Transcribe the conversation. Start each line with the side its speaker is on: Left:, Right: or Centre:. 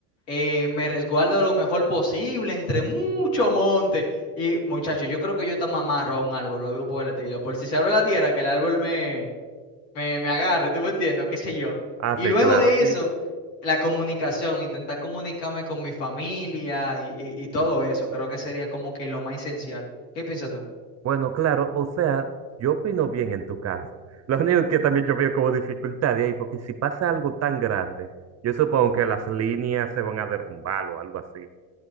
Left: eh, me resguardo lo mejor posible entre mucho monte. Y muchacho, yo creo que yo te me amarro a un árbol o algo por el estilo. Por si se abre la tierra, que el árbol me, me, me agarre, ¿tú me entiendes? ¿Qué sé yo?
Right: Ah,
Left: Y
Right: sí,
Left: luego
Right: claro.
Left: de
Right: Y
Left: eso, la comunicación, intentar comunicarme con mi familia y, y- y todo eso, creo que sería como que lo más esencial. ¿Qué piensas tú?
Right: bueno, claro, o sea, yo opino bien en tu caso. <laughs> Lo único que también yo veo como dificultad de ahí, porque si pasa algo tan grande, yo supongo que las líneas se van a derrumbar o algo así.